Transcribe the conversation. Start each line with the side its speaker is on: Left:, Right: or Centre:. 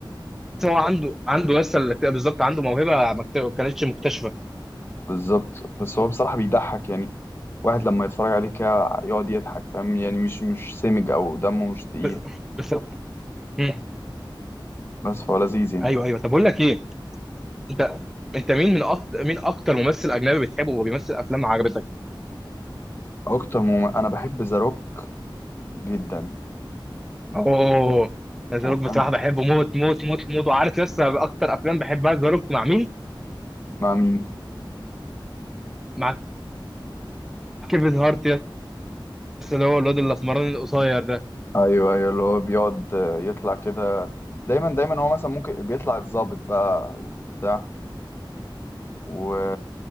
Centre: إن هو عنده عنده يس بالظبط عنده موهبه ما كت- كانتش مكتشفه
Left: بالظبط بس هو بصراحه بيضحك يعني واحد لما يتفرج عليه كده يقعد يضحك فاهم يعني مش مش سمج او دمه مش تقيل
Centre: ب- بس مم.
Left: بس فهو لذيذ يعني
Centre: ايوه ايوه طب اقول لك ايه انت انت مين من اكتر مين اكتر ممثل اجنبي بتحبه وبيمثل افلام عجبتك
Left: اكتر مم... انا بحب ذا روك جدا
Centre: اوه ذا
Left: وفاهم
Centre: روك بصراحه بحبه موت موت موت موت وعارف يس اكتر افلام بحبها ذا روك مع مين
Left: مع مين
Centre: مع كيفن هارت يس اللي هو الواد الاسمراني القصير ده
Left: ايوه ايوه اللي هو بيقعد آه، يطلع كده دايما دايما هو مثلا ممكن بيطلع الضابط بقى وبتاع و